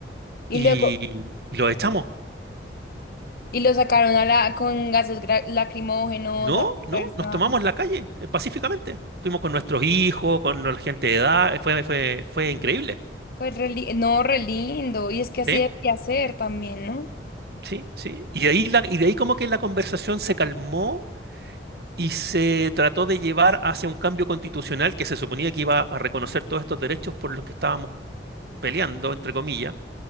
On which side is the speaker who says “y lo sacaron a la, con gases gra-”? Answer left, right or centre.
Left